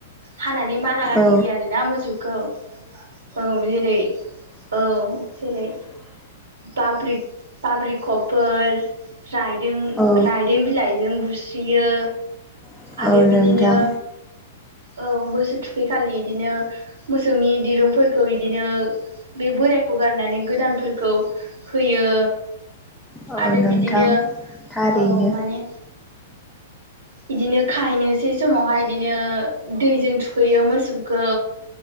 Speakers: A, on the right; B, in the centre.
A: हानानै मान रागानि
B: औ
A: होयो आरोना मोसौखौ औ जेरै औ जेरै बाब्रिक'फोर रायदों
B: औ
A: बिलाइजों बुस्रियो
B: औ
A: आरो
B: नोंथां
A: बिदिनो औ मोसौ थुखैखालि इदिनो मोसौनि दिरुंफोरखौ इदिनो बे बोरायखौ गारनानै गोदानफोरखौ होयो।
B: औ
A: आरो
B: नोंथां
A: बिदिनो औ
B: थारैनो
A: माने बिदिनो खाहैनोसै समावहाय बिदिनो दैजों थुखैयो मोसौखौ